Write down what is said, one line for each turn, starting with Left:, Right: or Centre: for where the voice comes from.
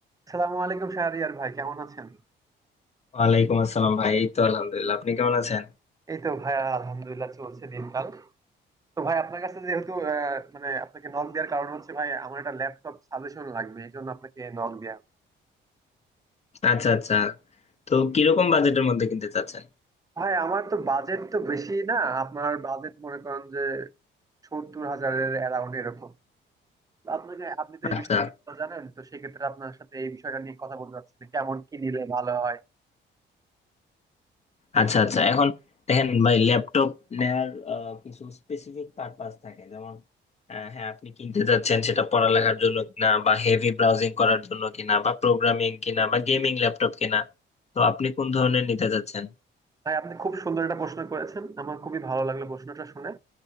Right: আসসালামু আলাইকুম শাহরিয়ার ভাই কেমন আছেন
Left: ওয়ালাইকুম আসসালাম ভাই এই তো আলহামদুলিল্লাহ আপনি কেমন আছেন
Right: এই তো ভাইয়া আলহামদুলিল্লাহ চলছে দিনকাল তো ভাই আপনার কাছে যেহেতু আহ, মানে আপনাকে নক দেওয়ার কারণ হচ্ছে ভাই আমার একটা ল্যাপটপ সাজেশন লাগবে এই জন্য আপনাকে নক দেয়া
Left: আচ্ছা আচ্ছা তো কিরকম বাজেটের মধ্যে কিনতে চাচ্ছেন
Right: ভাই আমার তো বাজেট তো বেশি না আপনার বাজেট মনে করেন যে সত্তর হাজারের অ্যারাউন্ড এরকম আপনাকে আপনি তো এই
Left: আচ্ছা
Right: বিষয়টা ভালো জানেন তো সেক্ষেত্রে আপনার সাথে এই বিষয়টা নিয়ে কথা বলতে চাচ্ছি যে কেমন কি নিলে ভালো হয়
Left: আচ্ছা আচ্ছা এখন দেখেন ভাই ল্যাপটপ নেয়ার আহ, কিছু স্পেসিফিক পারপাস থাকে যেমন আহ, হ্যাঁ আপনি কিনতে চাচ্ছেন সেটা পড়ালেখার জন্য কিনা বা হেভি ব্রাউজিং করার জন্য কিনা বা প্রোগ্রামিং কিনা বা গেমিং ল্যাপটপ কিনা তো আপনি কোন ধরনের নিতে চাচ্ছেন
Right: ভাই আপনি খুব সুন্দর একটা প্রশ্ন করেছেন আমার খুবই ভালো লাগলো প্রশ্নটা শুনে